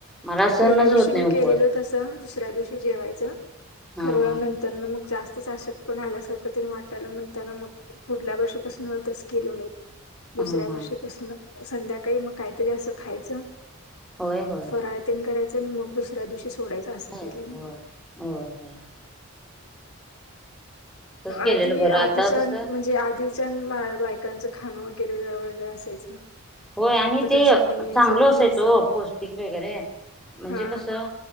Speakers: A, in the centre; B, on the left.
A: मला सहनच
B: पहिल्या वर्षी
A: होत
B: मी
A: नाही उपवास
B: केलेलो तसं दुसऱ्या दिवशी जेवायचं
A: हा
B: खरवनंतर
A: हा
B: ना मग जास्त अशक्तपणा पण आल्यासारखं तिने वाटाला म्हणताना मग पुढल्या वर्षापासूनतच केलो नाही दुसऱ्या
A: हा हा.
B: वर्षीपासून संध्याकाळी मग काहीतरी असं खायचं
A: होय होय
B: फराळतेन करायचं आणि मग दुसऱ्या दिवशी सोडायचं असं
A: ह
B: केलंय मी.
A: हो हो केलेलं
B: आधी
A: बरं
B: आधीच्या
A: आता कसं
B: म्हणजे आधीच्या बायकांचं खाण वगैर वगैरे ज वगैरे असायचं
A: होय आणि
B: आत्ता
A: ते
B: तसं नाहीये
A: चांगल
B: सगळं
A: असायचं
B: भेसळ
A: तो पौष्टिक वगैरे <inaudible> म्हणजे
B: हा
A: कसं